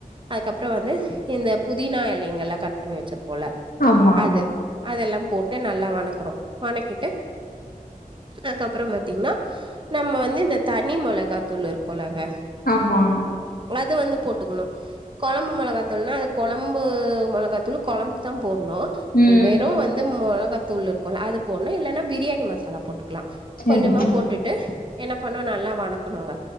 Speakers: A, on the right; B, on the left.
A: அதுக்கப்றோ வந்து இந்த புதினா இலைங்கெல்லா கட் பண்ணி வெச்சிருப்போல்ல
B: ஆமா.
A: அது அதெல்லாம் போட்டு நல்லா வணக்குறோ வணக்கிட்டு அதுக்கப்பறம் பாத்தீங்கன்னா நம்ம வந்து இந்த தனி மொளகாத்தூள் இருக்குல்லங்க
B: ஆமா
A: அது வந்து போட்டுக்கணு கொழம்பு மெளகாத்தூள்னா அது கொழம்பு மெளகாத்தூள் கொழம்புக்குதா போட்ணு
B: ம்
A: வெறு வந்து மெளகாத்தூள் இருக்குல்ல அது போட்ணு இல்லன்னா பிரியாணி மசாலா போட்டு க்கலா
B: சரி
A: கொஞ்சமா
B: சரி
A: போட்டுட்டு என்ன பண்ணோ நல்லா வணக்கணுங்க